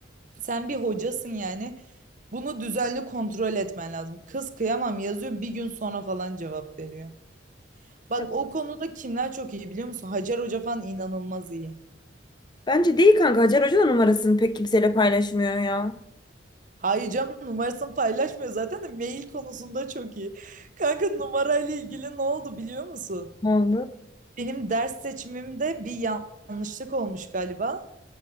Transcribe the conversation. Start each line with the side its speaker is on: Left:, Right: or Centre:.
Right: Sen bir hocasın yani. Bunu düzenli kontrol etmen lazım. Kız kıyamam yazıyor bir gün sonra falan cevap veriyor. Bak
Left: Ya,
Right: o konuda kimler çok iyi biliyor musun? Hacer Hoca falan inanılmaz iyi.
Left: Bence değil kanka. Hacer Hoca da numarasını pek kimseyle paylaşmıyor ya.
Right: Hayır canım numarasını paylaşmıyor zaten de mail konusunda çok iyi. Kanka numarayla ilgili ne oldu biliyor musun?
Left: Ne oldu?
Right: Benim ders seçimimde bir yanlışlık olmuş galiba.